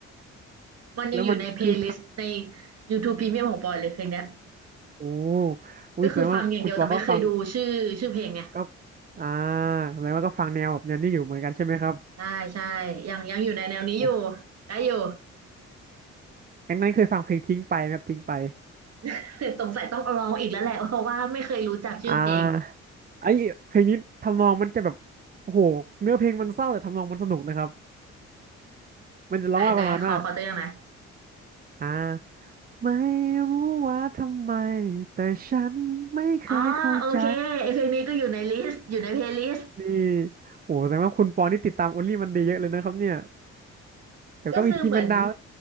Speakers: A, on the right; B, on the right.
A: มันยังอยู่ในเพลย์ลิสต์ใน
B: แล้วมันคือ
A: YouTube Premium ของปอยเลยเพลงเนี้ย
B: โอ้อุ้ยแสดงว่าคุณปอก็ฟัง
A: ก็คือฟังอย่างเดียวแต่ไม่เคยดูชื่อชื่อเพลงไง
B: ก็อ่าแสดงว่าก็ฟังแนวแบบแนวนี้อยู่เหมือนกันใช่ไหมครับ
A: ใช่ใช่ยังยังอยู่ในแนวนี้อยู่
B: โอ้
A: ได้อยู่
B: งั้นงั้นเคยฟังเพลงทิ้งไปไหมครับทิ้งไป
A: <laughs> สงสัยต้องลองอีกแล้วแหละเพราะว่าไม่เคยรู้จักชื่อเพลง
B: อ่าไอ้เพลงนี้ทำนองมันจะแบบโอ้โหเนื้อเพลงมันเศร้าแต่ทำนองมันสนุกนะครับมันจะร้องว่าประมาณว่า
A: ไหนไหนขอขอตัวอย่างไหนอย
B: อ่าไม่รู้ว่าทำไมแต่ฉันไม่เคยเข้าใจ
A: อ๋อโอเคไอเพลงนี้ก็อยู่ในลิสต์อยู่ในเพลย์ลิสต์
B: นี่โอ้โหแสดงว่าคุณปอนี่ติดตามโอลลี่มันดีเยอะเลยนะครับเนี่ยเดี๋ยวก็มีทีมเป็นดาว
A: ก็คือเหมือน